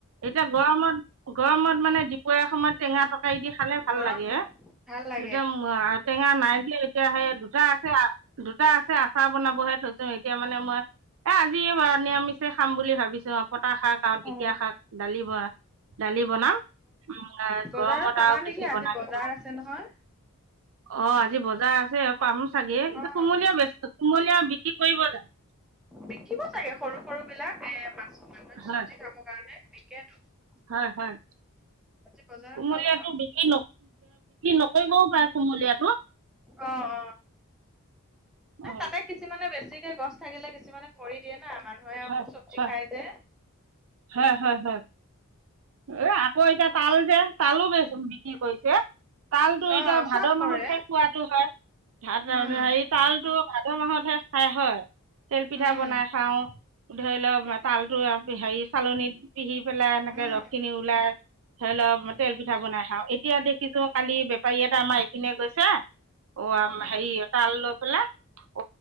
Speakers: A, on the right; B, in the centre.
A: এতিয়া গৰমত-গৰমত মানে দপৰীয়া সময়ত টেঙা <unintelligible> খালে ভাল
B: গৰম
A: লাগে,
B: ভাল লাগে
A: <unintelligible> টেঙা নাই <unintelligible> এতিয়া সেই দুটা আছে, দুটা আছে আচাৰ বনাবহে থৈছোঁ, এতিয়া মানে মই এ আজি নিৰামিষে খাম বুলি ভাবিছো পতা শাক <unintelligible> ঢেকীয়া
B: অ
A: শাক দালি ব দালি বনাম, উম
B: বজাৰত
A: গৰমত
B: পাবা
A: আৰু
B: নেকি
A: বেছি
B: আজি
A: বনাই
B: বজাৰ
A: দিব
B: আছে নহয়?
A: অ আজি বজাৰ আছে <unintelligible> পামো চাগে, কিন্তু
B: অ
A: কুমলীয়া বে কুমলীয়া বিক্ৰী কৰিব জানো?
B: বিকিব চাগে সৰু সৰু বিলাক, এ মাছ, মানহে চব্জি
A: হয়
B: খাব কাৰণে <unintelligible>
A: হয় হয়,
B: আজি বজাৰত
A: কুমলীয়াটো
B: পাব অ
A: <unintelligible> বিক্ৰী নকৰিবও পাৰে কুমলীয়াটো।
B: অ অ
A: অ
B: এই তাতে কিছুমানে বেছিকে গছ থাকিলে কিছুমানে কৰি দিয়ে না, মানুহে <unintelligible>
A: হয়
B: চব্জি
A: হয়
B: খাই যে!
A: হয় হয় হয়। এ আকৌ এতিয়া তাল যে, তালো <unintelligible> বিক্ৰী কৰিছে। তালতো
B: অ
A: এতিয়া ভাদ
B: চব কৰে।
A: মাহতে খোৱাতো হয়। <unintelligible>
B: উম
A: তালতটো আদ মাহতহে খাই হয়! তেল পিঠা
B: উম।
A: বনাই খাওঁ, ধৰি লওক, তালতো হেৰি চালনিত পিহি পেলাই এনেকে
B: উম
A: ৰস খিনি ওলাই ধৰি লওক তেল পিঠা বনাই খাওঁ, এতিয়া দেখিছো কালি বেপাৰী এটা আমাৰ এইপিনে গৈছে‌ অ'
B: উম
A: হেৰি তাল লৈ পেলাই, <unintelligible>